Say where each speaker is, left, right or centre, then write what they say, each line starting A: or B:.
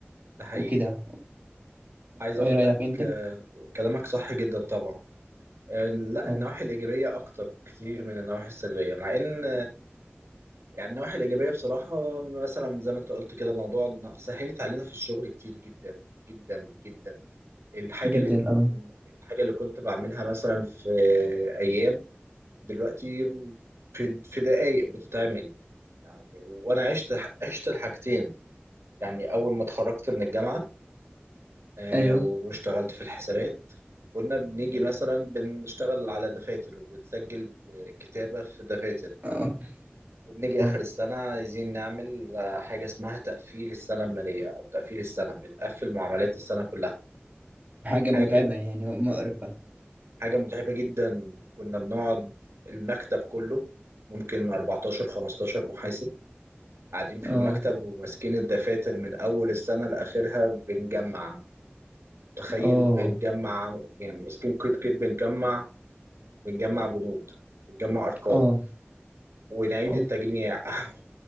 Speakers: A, on the right (about 85°); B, on the right (about 40°).
A: ده حقيقي
B: وكده
A: عايز
B: ايه
A: أقول
B: رأيك
A: لك
B: انت؟
A: آه، كلامك صح جدا طبعا آه، لا
B: اه
A: النواحي الإيجابية أكتر بكتير من النواحي السلبية مع إن يعني النواحي الإيجابية بصراحة مثلا زي ما أنت قلت كده موضوع إن سهلت علينا في الشغل كتير جدا جدا جدا الحاجة
B: جدا
A: اللي كنت
B: اه
A: الحاجة اللي كنت بعملها مثلا في أيام دلوقتي في في دقايق بتتعمل يعني وأنا عشت عشت الحاجتين يعني أول ما اتخرجت من الجامعة آه،
B: ايوه
A: واشتغلت في الحسابات كنا بنيجي مثلا بنشتغل على دفاتر وبنسجل كتابة في دفاتر
B: اه
A: وبنيجي
B: اه
A: آخر السنة عايزين نعمل آه، حاجة اسمها تقفيل السنة المالية أو تقفيل السنة بنقفل معاملات السنة كلها
B: حاجة متعبة
A: حاجة
B: يعني ومقرفة
A: حاجة متعبة جدا كنا بنقعد المكتب كله ممكن 14 15 محاسب قاعدين في
B: اه
A: المكتب وماسكين الدفاتر من أول السنة لآخرها بنجمع تخيل
B: اه
A: بنجمع يعني ماسكين كود كده بنجمع بنجمع بنود بنجمع أرقام
B: اه
A: ونعيد
B: اه
A: التجميع <laughs>